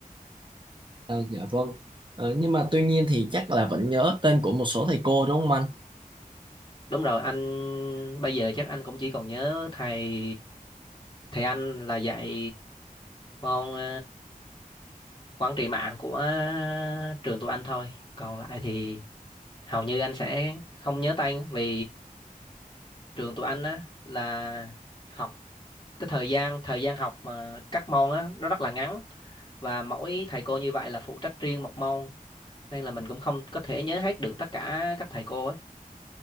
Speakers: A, on the right (about 35°); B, on the left (about 35°).
A: Ờ, dạ vâng Ờ, nhưng mà tuy nhiên thì chắc là vẫn nhớ tên của một số thầy cô đúng không anh
B: Đúng rồi, anh bây giờ chắc anh cũng chỉ còn nhớ thầy thầy anh là dạy môn ờ, quản trị mạng của ờ, trường tụi anh thôi. Còn lại thì hầu như anh sẽ không nhớ tên vì trường tụi anh á là học cái thời gian thời gian học mà các môn á nó rất là ngắn và mỗi thầy cô như vậy là phụ trách riêng một môn nên là mình cũng không có thể nhớ hết được tất cả các thầy cô ấy